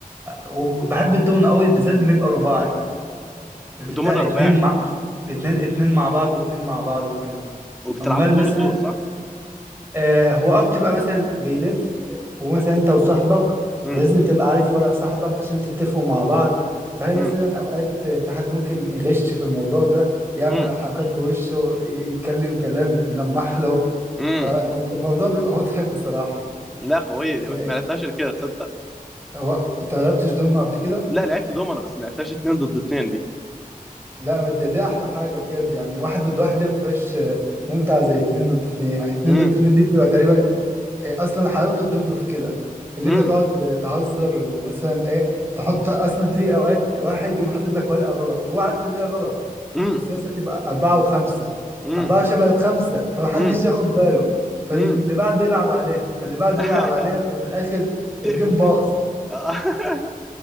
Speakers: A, on the right; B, in the centre.
A: وبحب الدومينو قوي بالذات لما يبقى رباعي اللي
B: دومنا
A: انت اتنين
B: رباعي
A: مع اتنين اتنين مع بعض واتنين مع بعض وكده
B: وبتلعبوا
A: امال
B: دور
A: مثلا
B: دور صح
A: آه، هو اه بتبقى مثلا بيلف ومثلا انت وصاحبك
B: امم
A: ولازم تبقى عارف ورق صاحبك عشان تتفقوا مع بعض فهي
B: امم
A: مثلا اوقات في حد ممكن يغش في الموضوع ده يعمل
B: امم
A: حركات بوشه يتكلم كلام يلمح له
B: امم
A: فالموضوع بيبقى مضحك بصراحة
B: لا قويه دي
A: آه،
B: بس ما لعبتهاش إلا كده تصدق
A: هو انت ما لعبتش دومينو قبل كده؟
B: لا لعبت دومنا بس ما لعبتهاش اتنين ضد اتنين دي
A: لا ده دي احلى حاجة بجد يعني واحد ضد واحد دي ما بتبقاش آه، ممتعة زي اتنين ضد اتنين يعني اتنين
B: امم
A: ضد اتنين دي بتبقى تقريبا إيه اصلا حلاوه الضمن في كده اللي
B: امم
A: انت تقعد تهزر ومثلا ايه تحط اصلا في اوقات واحد يقوم حاطط لك ورقه غلط هو عارف اللي هي غلط
B: امم
A: بس لسه بتبقى اربعه وخمسه
B: امم
A: اربعه شبه الخمسه فمحدش
B: امم
A: ياخد باله فاللي
B: امم
A: بعده يلعب عليها فاللي بعده
B: <laughs>
A: يلعب عليها ففي الاخر
B: بتقفل
A: الجيم باظ
B: <laughs>